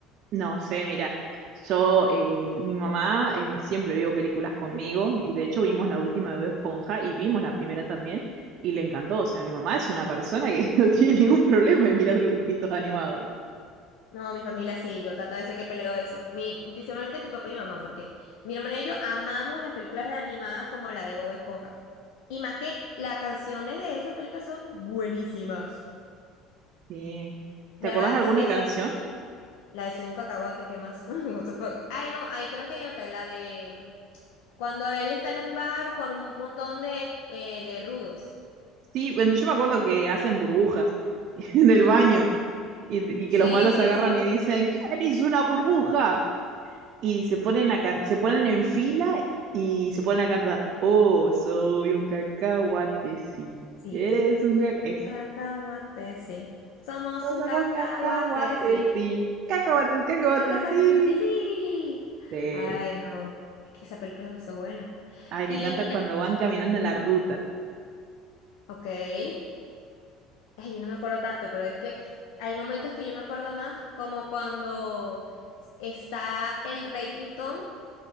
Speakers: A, on the right (about 45°); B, on the left (about 75°).
A: No sé, mira, yo, eh, mi mamá eh, siempre vio películas conmigo y de hecho vimos la última de Bob Esponja y vimos la primera también y le encantó. O sea, mi mamá es una persona que <laughs> no tiene ningún problema en mirar dibujitos animados.
B: No, mi familia sí, yo tata veces que peleo eso. Mi, principalmente mi papá y mi mamá, porque mi hermana y yo amamos las películas animadas como la de Bob Esponja. Y más que las canciones de esa película son buenísimas.
A: Sí. ¿Te
B: De
A: acordás
B: verdad,
A: de alguna
B: so- ese-
A: canción?
B: la de Soy un cacahuate, ¿qué más? <laughs> What the fuck? Ay, no, ahí creo que hay otra, la de cuando él está en un bar con un montón de, eh, de rudos.
A: Sí, bueno, yo me acuerdo que hacen burbujas <laughs> en
B: Ujú.
A: el baño y, y que
B: Sí,
A: los malos
B: sí,
A: agarran
B: sí.
A: y dicen, ¿quién hizo una burbuja? Y se ponen, a can- se ponen en fila y se ponen a cantar, oh, soy un cacahuate, sí.
B: Sí.
A: Eres un
B: Soy
A: cacahuate.
B: un cacahuate, sí. Somos un
A: Somos
B: cacahuate,
A: cacahuates,
B: sí.
A: sí. Cacahuates, cacahuates,
B: Pero Te cagas
A: sí.
B: de ti, sí.
A: Sí.
B: Ay, no. Es que esa película es demasiado buena.
A: Ay,
B: Y
A: me encanta
B: mira,
A: cuando van caminando en la ruta.
B: ok. Ay, yo no me acuerdo tanto, pero es que hay momentos que yo me acuerdo más, como cuando está el rey Tritón